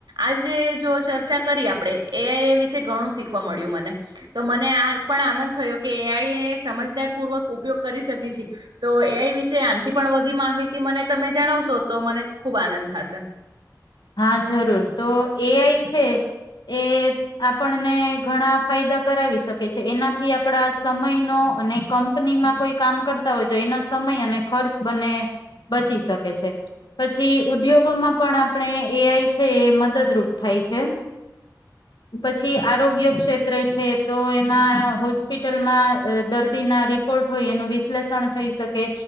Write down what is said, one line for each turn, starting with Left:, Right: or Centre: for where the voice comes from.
Right: આજે જો ચર્ચા કરી આપણે, એઆઈ એ વિશે ઘણું શીખવા મળ્યું મને તો મને આ પણ આનંદ થયો કે એ આઈ ને સમજદાર પૂર્વક ઉપયોગ કરી શકી છે. તો એઆઈ વિશે આનથી પણ વધી માહિત તે મને તમે જણાવશો તો મને ખુબ આનંદ થશે
Left: હા જરૂર. તો એઆઈ છે એ આપણને ઘણા ફાયદા કરાવી શકે છે. એનાથી આપડા સમયનો અને કંપનીમાં કોઈ કામ કરતા હોય તો એનો સમય અને ખર્ચ બને બચી શકે છે. પછી ઉદ્યોગોમાં પણ આ આપણે એઆઈ છે એ મદદરૂપ થાય છે. પછી આરોગ્ય ક્ષેત્રે છે તો એમાં હોસ્પિટલમાં દર્દી ના રિપોર્ટ હોય એનું વિશ્લેષણ થઈ શકે,